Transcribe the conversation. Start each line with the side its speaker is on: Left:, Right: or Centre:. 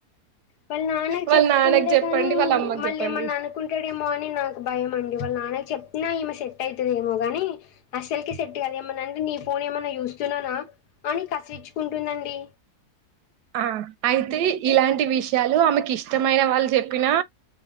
Left: వాళ్ళ నాన్నకు
Right: వాళ్ళ
Left: చెప్తలే
Right: నాన్నకు చెప్పండి
Left: కానీ
Right: వాళ్ళ అమ్మకు
Left: మళ్ళీ
Right: చెప్పండి
Left: ఏమన్నా అనుకుంటాడేమో అని నాకు భయం అండి వాళ్ళ నాన్న చెప్పిన ఈమె సెట్ అయితదేమో గాని అసలుకే సెట్ కాదు ఏమన్నా అంటే నీ ఫోన్ ఏమన్నా చూస్తున్నానా అని కసిరించుకుంటుందండి
Right: ఆ అయితే ఇలాంటి విషయాలు ఆమెకి ఇష్టమైన వాళ్ళు చెప్పినా